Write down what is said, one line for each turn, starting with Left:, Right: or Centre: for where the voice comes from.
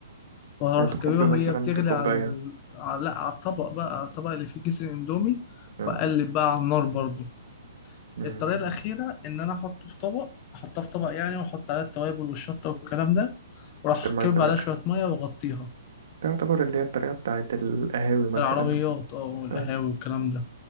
Left: وهروح
Right: وتكب
Left: جايبها
Right: مثلا
Left: وهي بتغلي
Right: في كوباية
Left: على ال... على... لأ على الطبق بقى على الطبق اللي فيه كيس الإندومي
Right: آه.
Left: وأقلب بقى على النار برضو
Right: مم.
Left: الطريقة الأخيرة إن أنا أحطه في طبق أحطها في طبق يعني وأحط عليها التوابل والشطة والكلام ده وأروح
Right: حط المية
Left: كبب
Right: في الآخر
Left: عليها شوية مية وأغطيها
Right: تعتبر اللي هي الطريقة بتاعت القهاوي مثلا
Left: العربيات
Right: وكده.
Left: أه والقهاوي
Right: اه
Left: والكلام ده